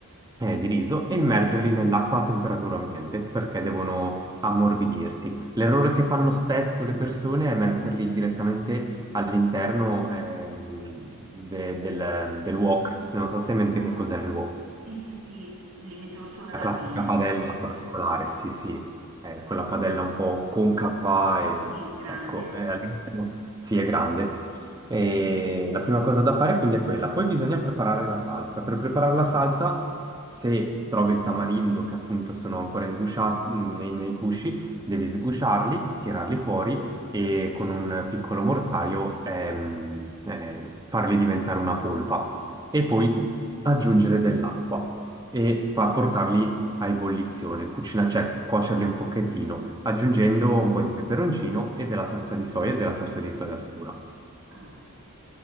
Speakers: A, on the right; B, on the right.
A: eh,
B: Sì.
A: di riso e immergerli nell'acqua a temperatura ambiente perché devono ammorbidirsi. L'errore che fanno spesso le persone è metterli direttamente all'interno ehm, de- del, del wok. Non so se hai in mente
B: Ah.
A: che cos'è il wok.
B: Sì, sì, sì, li mettono solo
A: La
B: alla
A: classica
B: fine.
A: padella particolare,
B: Sì, sì, sì.
A: sì, sì, è quella padella un po' concava e
B: Sì, grande.
A: ecco, eh, all'interno- sì, è grande. E la prima cosa da fare quindi è quella. Poi bisogna preparare la salsa. Per preparare la salsa, se trovi il tamarindo che appunto sono ancora ingusciati nei, nei gusci, devi sgusciarli, tirarli fuori e con un piccolo mortaio ehm, eh, farli diventare una polpa e poi aggiungere dell'acqua e fa portarli a ebollizione, cucina, cioè cuocerli un pochettino, aggiungendo un po' di peperoncino e della salsa di soia e della salsa di soia scura.
B: Ah,